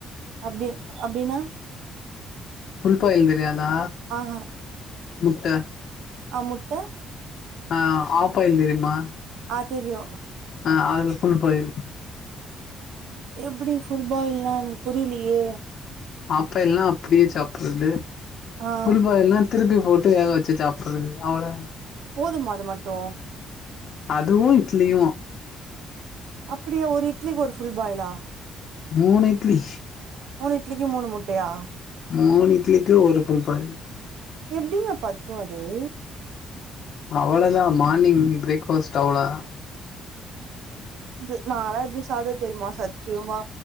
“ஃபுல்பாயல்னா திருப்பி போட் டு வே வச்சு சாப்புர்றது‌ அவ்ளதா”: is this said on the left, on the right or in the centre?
Left